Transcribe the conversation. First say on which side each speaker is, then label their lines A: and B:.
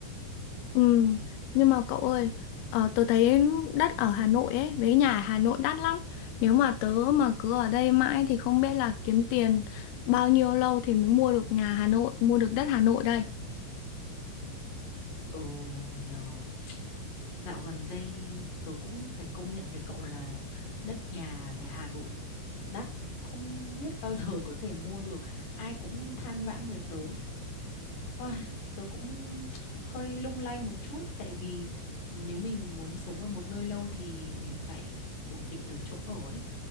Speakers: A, on the left; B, on the left.
A: ừ. nhưng mà cậu ơi ờ, tớ thấy đất ở Hà Nội ấy với nhà Hà Nội đắt lắm nếu mà tớ mà cứ ở đây mãi thì không biết là kiếm tiền bao nhiêu lâu thì mới mua được nhà Hà Nội mua được đất Hà Nội đây
B: Ồ nhờ Dạo gần đây tôi cũng phải công nhận với cậu là đất nhà về Hà Nội đắt không biết bao <laughs> giờ có thể mua được. Ai cũng than vãn với tớ. Ôi, tớ cũng <tsk> hơi lung lay một chút tại vì nếu mình muốn sống ở một nơi lâu thì mình phải ổn định được chỗ ở ấy.